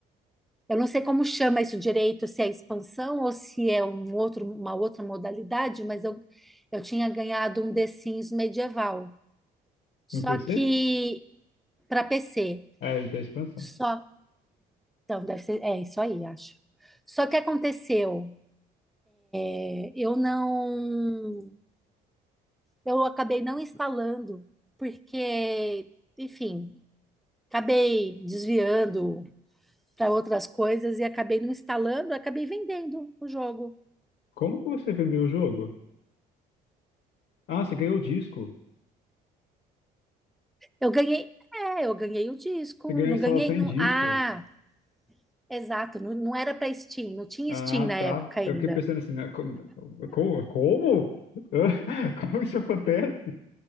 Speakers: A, in the centre; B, on the left.
A: Eu não sei como chama isso direito, se é expansão ou se é um outro, uma outra modalidade, mas eu, eu tinha ganhado um The Sims medieval. Só
B: no PC?
A: que para PC.
B: É, então é a expansão.
A: Só, então, deve ser, é isso aí, acho. Só que aconteceu, é, eu não, eu acabei não instalando, porque, enfim, acabei desviando para outras coisas e acabei não instalando, acabei vendendo o jogo.
B: Como que você vendeu o jogo? Ah, você ganhou o disco.
A: Eu ganhei, é, eu ganhei o disco,
B: Você ganhou
A: não
B: a instalação
A: ganhei, não,
B: em disco.
A: ah, exato, não, não era para Steam, não tinha
B: Ah,
A: Steam na
B: tá.
A: época ainda.
B: Eu fiquei pensando assim, né, como? Como? Como, <laughs> Hã? Como isso acontece?